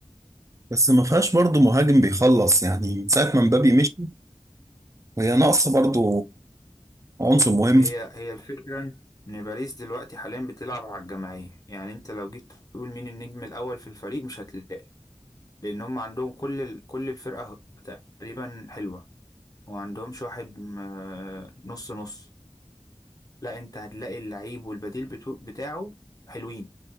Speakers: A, on the right; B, on the left.
A: بس ما فيهاش برضه مهاجم بيخلص يعني من ساعة ما مبابي مشي وهي ناقصة برضه عنصر مهم
B: هي هي الفكرة إن باريس دلوقتي حاليا بتلعب على الجماعية يعني أنت لو جيت تقول مين النجم الأول في الفريق مش هتلاقي لأن هم عندهم كل ال... كل الفرقة تقريبا حلوة وما عندهمش واحد م- نص نص لا أنت هتلاقي اللعيب والبديل بتو... بتاعه حلوين